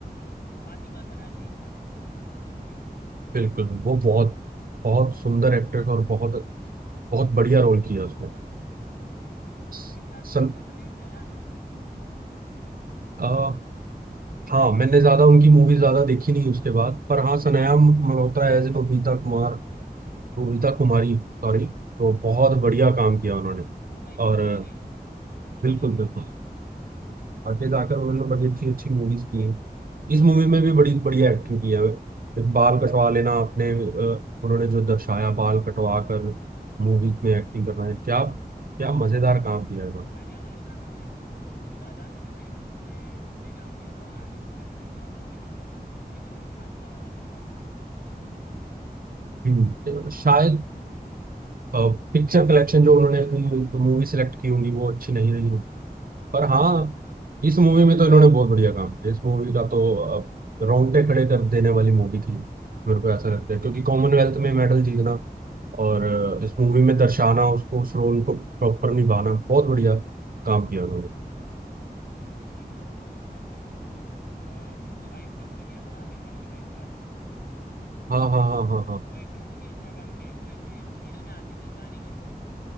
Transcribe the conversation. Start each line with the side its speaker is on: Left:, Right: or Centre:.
Left: फातिमा सना शेख नाम है उसका हाँ वो एक्ट्रेस का
Right: बिल्कुल वो बहुत बहुत सुंदर एक्ट्रेस और बहुत बहुत बढ़िया रोल किया उसने
Left: हाँ भाई लेकिन
Right: स-
Left: बाद में
Right: सन
Left: उसका करियर चला नहीं भाई
Right: आ, हाँ मैंने ज्यादा उनकी मूवी ज्यादा देखी नहीं उसके बाद पर हाँ सनाया मल्होत्रा एज बबीता कुमार बबीता
Left: हाँ
Right: कुमारी
Left: हाँ
Right: सॉरी
Left: हाँ
Right: तो
Left: हाँ
Right: बहुत बढ़िया काम किया उन्होंने
Left: हाँ भाई वो
Right: और अ,
Left: चल गई वो
Right: बिल्कुल
Left: चल गई
Right: बिल्कुल आगे जाकर उन्होंने तो बड़ी अच्छी अच्छी मूवीज की हैं इस मूवी में भी बड़ी बढ़िया एक्टिंग की है बाल कटवा लेना अपने अ, उन्होंने जो दर्शाया बाल कटवा कर मूवी में एक्टिंग करना है क्या क्या मजेदार काम किया
Left: हाँ
Right: है
Left: भाई
Right: उन्होंने
Left: सानिया मल्होत्रा का तो एक्चुअल में रोल छोटा था लेकिन फिर भी उसने ढंग से काम किया था और आगे उसका करियर बहुत अच्छे से चला ये पता नहीं फातिमा सना शेख का क्यों नहीं चला
Right: हम्म। शायद पिक्चर कलेक्शन जो उन्होंने अपनी मूवी सेलेक्ट की होंगी वो अच्छी नहीं रही
Left: हाँ
Right: पर
Left: भाई
Right: हाँ इस मूवी में तो इन्होंने बहुत बढ़िया काम किया इस मूवी का तो अब रोंगटे खड़े कर देने वाली मूवी थी
Left: हाँ
Right: मेरे को
Left: भाई
Right: ऐसा लगता है क्योंकि कॉमनवेल्थ
Left: और
Right: में मेडल जीतना और
Left: हाँ
Right: इस
Left: भाई
Right: मूवी में दर्शाना उसको उस रोल को प्रॉपर निभाना बहुत बढ़िया काम किया उन्होंने
Left: हाँ यार मेरे को भी फिल्म बहुत अच्छी लगी बाद में वो अ, जिसने वाइफ का रोल किया था ना आमिर खान की वाइफ का रोल
Right: हाँ हाँ हाँ हाँ
Left: अ,
Right: हाँ
Left: वो एक्ट्रेस ने भी अच्छा काम किया है वो ऐसे सीरियल में आती थी कहानी घर घर की